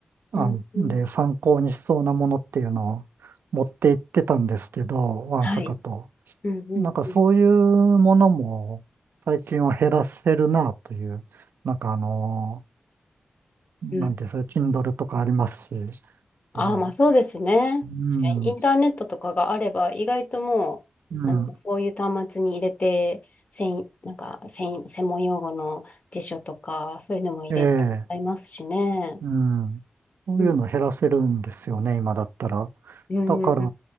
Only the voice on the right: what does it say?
案で参考にしそうなものっていうのを持って行ってたんですけど、
ワンサカと。
なんかそういうものも最近は減らせるなという、なんかあの、なんていうんですか、
Kindle とかありますし、
うん、
う
ん、
うん
ええうん。そういうの減らせるんですよね、
今だったら。
だから、